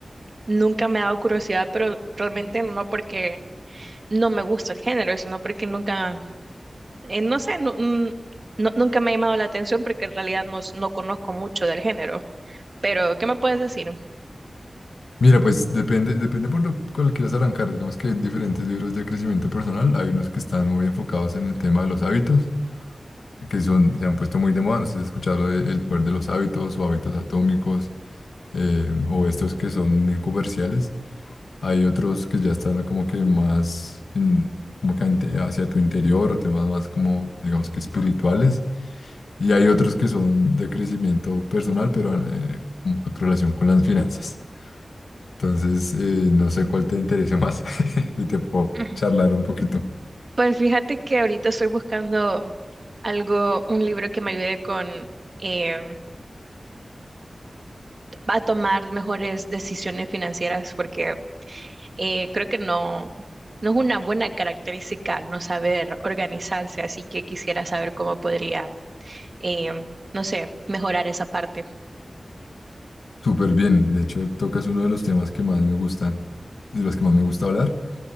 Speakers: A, on the right; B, on the left.
A: nunca me ha dado curiosidad, pero realmente no porque no me gusta el género, sino porque nunca, eh, no sé, nu- mm, no- nunca me ha llamado la atención porque en realidad no, s- no conozco mucho del género. Pero, ¿qué me puedes decir?
B: Mira, pues depende, depende por lo cual quieras arrancar. Digamos que hay diferentes libros de crecimiento personal. Hay unos que están muy enfocados en el tema de los hábitos, que son, se han puesto muy de moda. No sé si has escuchado lo de El poder de los hábitos o hábitos atómicos, eh, o estos que son muy comerciales Hay otros que ya están como que más en- como que inte- hacia tu interior, o temas más como, digamos que espirituales. Y hay otros que son de crecimiento personal, pero eh, como con relación con las finanzas. Entonces, eh, no sé cuál te interesa más <laughs> y te puedo
A: Ujú.
B: charlar un poquito.
A: Pues fíjate que ahorita estoy buscando algo, un libro que me ayude con... em, va a tomar mejores decisiones financieras porque eh, creo que no, no es una buena característica no saber organizarse, así que quisiera saber cómo podría, eh, no sé, mejorar esa parte.
B: Súper bien. De hecho, tocas uno de los temas que más me gustan, de los que más me gusta hablar.